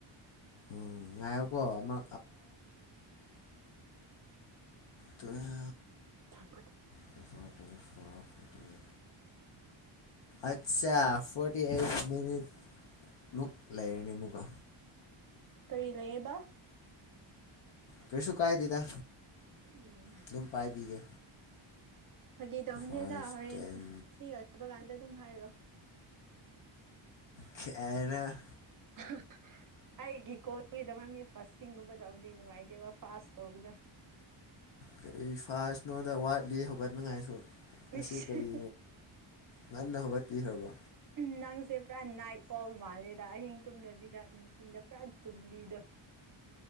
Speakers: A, on the left; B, on the right.
A: ꯑꯥ ꯉꯥꯏꯌꯀꯣ ꯑꯃ ꯇꯣꯏ
B: ꯊꯦꯡ
A: ꯇꯦ ꯐꯣꯔ ꯐ <inaudible> ꯑꯆꯥ ꯐꯣꯔꯇꯤ ꯑꯩꯠ ꯃꯤꯅꯤꯠ ꯃꯨꯛ ꯂꯩꯔꯅꯤ ꯑꯃꯨꯛꯀ
B: ꯀꯔꯤ ꯂꯩꯌꯦꯕ
A: ꯀꯩꯁꯨ ꯀꯥꯏꯗꯦꯗ
B: ꯌꯦ
A: ꯑꯗꯨꯝ ꯄꯥꯏꯕꯤꯒꯦ
B: ꯐꯥꯒꯤꯗꯧꯅꯦꯗ
A: ꯐꯥꯏꯚ
B: ꯍꯣꯔꯦꯟ
A: ꯇꯦꯟ
B: ꯐ꯭ꯔꯤ ꯑꯣꯏꯕ ꯀꯥꯟꯗ ꯑꯗꯨꯝ ꯍꯥꯏꯔꯛꯑꯣ
A: ꯈꯦꯔ <inaudible>
B: ꯎ <inaudible> ꯑꯩꯒꯤ ꯀꯣꯜꯒꯤꯗꯃꯛꯅꯤ ꯐꯥꯔꯁꯇꯤꯡꯒꯨꯝꯕ ꯇꯧꯗꯤ ꯅꯨꯡꯉꯥꯏꯇꯦꯕ ꯐꯥꯥꯁ ꯇꯧꯕꯗꯣ
A: ꯀꯔꯤ ꯐꯥꯁꯅꯣꯗ ꯋꯥꯠꯂꯤ ꯍꯧꯒꯠꯅꯉꯥꯏꯁꯨ ꯃꯁꯤ
B: ꯏꯁ
A: ꯀꯔꯤ ꯉꯟꯅ ꯍꯧꯒꯠꯄꯤꯈ꯭ꯔꯕꯥ
B: ꯎ ꯅꯪꯁꯦ ꯄꯨꯔꯥ ꯅꯥꯏꯠ ꯑꯣꯜ ꯃꯥꯜꯂꯦꯗ ꯑꯍꯤꯡ ꯇꯨꯝꯗꯕꯤꯗ ꯅꯨꯡꯊꯤꯟꯗ ꯄꯨꯔꯥ ꯇꯨꯝꯕꯤꯗꯣ